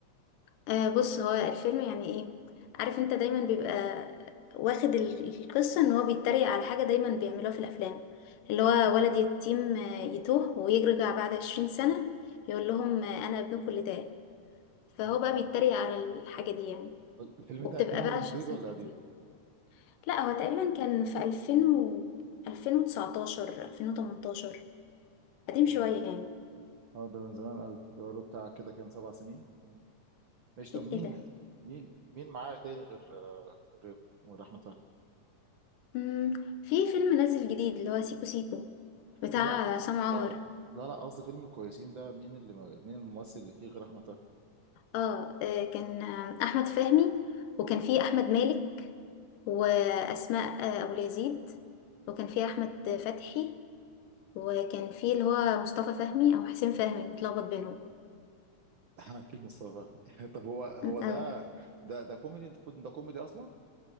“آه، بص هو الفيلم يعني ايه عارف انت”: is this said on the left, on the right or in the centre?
Left